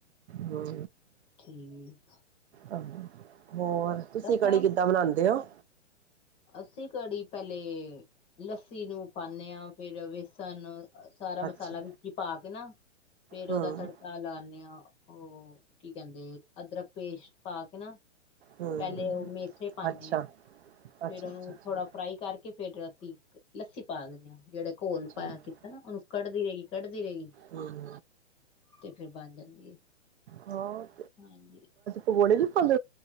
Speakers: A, on the right; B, on the left.
A: ਹੂੰ,
B: ਠੀਕ ਆ,
A: ਆਹ ਹੋਰ ਤੁਸੀਂ ਕੜੀ
B: ਫੋਨ
A: ਕਿੱਦਾਂ ਬਣਾਦੇ ਹੋ?
B: ਅਸੀਂ ਕੜੀ ਪਹਿਲੇ ਲੱਸੀ ਨੂੰ ਪਾਦੇ ਹਾਂ ਫੇਰ ਬੇਸਣ, ਸਾਰਾ ਮਸਾਲਾ
A: ਅੱਛਾ
B: ਵਿੱਚ ਹੀ ਪਾ ਕੇ ਨਾ ਫੇਰ
A: ਹਮ
B: ਉਹਦਾ ਤੜਕਾ, ਲਾਦੇ ਆ ਉਹ ਕੀ ਕਹਿੰਦੇ ਅਦਰਕ ਪੇਸਟ ਪਾ ਕੇ ਨਾ,
A: ਹਮ
B: ਪਹਿਲੇ ਉਹ ਮੇਥੇ ਪਾਉਦੇ
A: ਅੱਛਾ
B: ਆ।
A: ਅੱਛਾ
B: ਫੇਰ ਉਹਨੂੰ
A: ਅੱਛਾ ਅੱਛਾ
B: ਥੋੜਾ ਫਰਾਈ ਕਰਕੇ ਫੇਰ ਅਸੀਂ ਲੱਸੀ ਪਾ ਦਿੰਦੇ ਹਾਂ ਜਿਹੜਾ ਘੋਲ
A: ਠੀਕ
B: ਪਾਇਆ ਕੀਤਾ, ਨਾ ਉਹਨੂੰ ਕੱਢਦੀ ਰਹੇਗੀ ਕੱਢਦੀ ਰਹੇਗੀ।
A: ਹਮ
B: ਤੇ ਫੇਰ ਬਣ ਜਾਂਦੀ ਹੈ।
A: ਹੋਰ,
B: ਹਾਂਜੀ,
A: ਉੜਲ ਪੱਲ